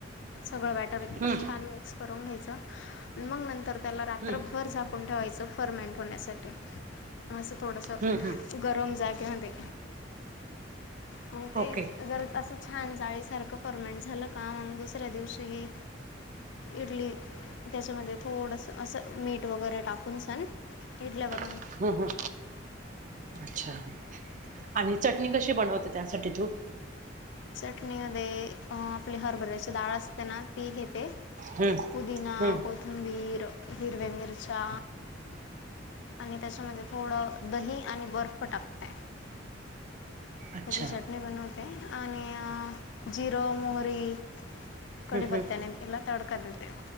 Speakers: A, on the left; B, on the right.
A: सगळं बॅटर एकदम
B: हं
A: छान मिक्सऽऽ करून घ्यायच, मग नंतर त्याला रात्रभर
B: हं
A: झाकून ठेवायचं फर्मेंट होण्यासाठी. असं थोडंसं,
B: हं हं
A: गरम जागेमध्ये. मग ते
B: ओके
A: जर असंऽऽ छान जाळीसारखं परर्मनंट झालं का? मग दुसऱ्या दिवशी इडलीऽऽ त्याच्यामध्ये थोडसं असं मीठ वगैरे टाकून सण इडल्यावरऽऽ
B: हम्म, हम्, अच्छा, आणि चटणी कशी बनवते त्यासाठी तू?
A: चटणीमध्ये, आपली हरभऱ्याची डाळ असते ना ती घेते.
B: हं
A: पुदीिना,
B: हं
A: कोथमबीर, हिरवे मिरच्या, आणि त्याच्यामध्ये थोडं दही आणि बर्फ टाकते.
B: अच्छा
A: त्याची चटणी बनवते, आणि जिरं, मोहरी, कडिपत्ताने
B: हं हं
A: तिला तडऽऽ का देते,